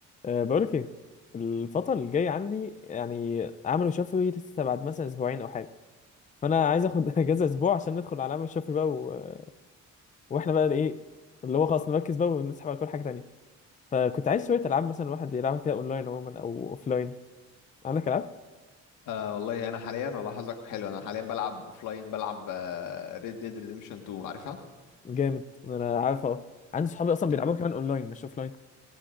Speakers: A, on the left; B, on the left.
A: أه بقولك ايه الفترة اللي جاية عندي يعني عملوا شفوي لسه بعد مثلا اسبوعين او حاجة فانا عايز اخد <laughs> اجازة اسبوع عشان ندخل على عمل شفوي بقى و... واحنا بقى ايه اللي هو خلاص نركز بقى ونسحب على كل حاجة تانية فكنت عايز شوية العاب مثلا الواحد يلعبها كده اونلاين عموما او اوفلاين عندك العاب
B: آه والله انا حاليا والله حظك حلو انا حاليا بلعب اوفلاين بلعب ريد ديد ريديمشن 2 عارفها
A: جامد انا عارف اه عندي صحابي اصلا
B: لا.
A: بيلعبوها كمان اونلاين مش اوفلاين